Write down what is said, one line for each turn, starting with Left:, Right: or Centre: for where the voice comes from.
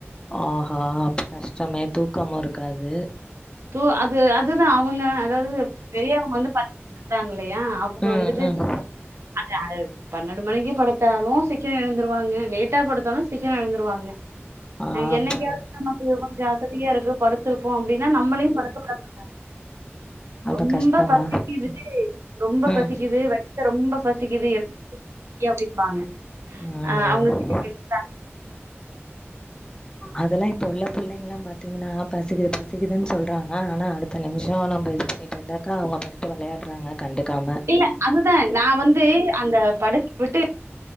Left: ஆஹா அப்ப கஷ்டமே தூக்கம் இருக்காது
Right: து அது அது அதுதா அவங்க அதாவது பெரியவங்க வந்து பாத்துக்கறாங்க இல்லையா அவங்க
Left: ம்
Right: வந்துட்டு
Left: ம்
Right: அ பன்னெண்டு மணிக்கு படுத்தாலு சீக்கர எழுந்துருவாங்க லேட்டா படுத்தாலும் சீக்கர எழுந்துருவாங்க
Left: ஆ
Right: என்னைக்காவது
Left: அப்ப
Right: நமக்கு கொஞ்ச அசதியாருக்கு படுக் இருப்போ அப்டீன் நம்மளையும் படுத்த கூடாதில்ல
Left: அப்ப
Right: ரொம்ப
Left: கஷ்டமா
Right: பசிக்கிருச்சி ரொம்ப
Left: ம்
Right: பசிக்குது வயத்த ரொம்ப பசிக்குது எ ஏ அப்படிம்பாங்க
Left: ம்
Right: ஆஹ் அவங்க சீக்கர படுதுட்டா
Left: அதெல்லாம் இப்ப உள்ள புள்ளைங்கெல்லாம் பாத் பாத்திங்கன்னா பசிக்குது பசிக்குதுன்னு சொல்றாங்க ஆனா அடுத்த நிமிஷம் நம்ம இது பண்ணிட்டு இருந்தாக்கா அவங்கபாட்டுக்கு விளையாடுறாங்க கண்டுக்காம.
Right: இல்ல அதுதான் நான் வந்து அந்த படுக்க விட்டு